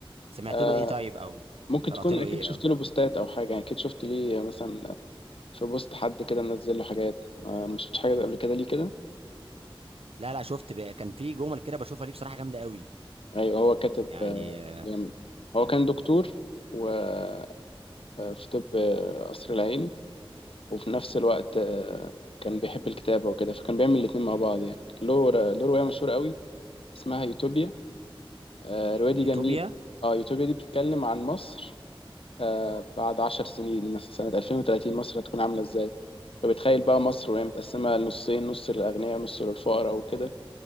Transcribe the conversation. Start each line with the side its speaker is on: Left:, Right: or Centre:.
Right: سمعت
Left: آه
Right: له ايه طيب او
Left: ممكن
Right: قرات
Left: تكون
Right: له
Left: اكيد
Right: ايه
Left: شفت
Right: او
Left: له بوستات او حاجه يعني اكيد شفت ليه مثلا في بوست حد كده منزل له حاجات آه ما شفتش حاجه قبل كده ليه كده
Right: لا لا شفت ب... كان في جمل كده بشوفها ليه بصراحه جامده قوي
Left: ايوه هو كاتب
Right: يعني
Left: آه
Right: آه،
Left: جامد هو كان دكتور وفي طب آه، قصر العيني وفي نفس الوقت آه كان بيحب الكتابه وكده فكان بيعمل الاتنين مع بعض يعني له ر- له روايه مشهوره قوي اسمها يوتوبيا آه، الرواية دي
Right: يوتوبيا
Left: جميلة اه يوتوبيا دي بتتكلم عن مصر آه، بعد عشر سنين مثلا سنة 2030 مصر هتكون عاملة ازاي فبتخيل بقى مصر وهي متقسمة لنصين نص للأغنياء ونص للفقراء وكده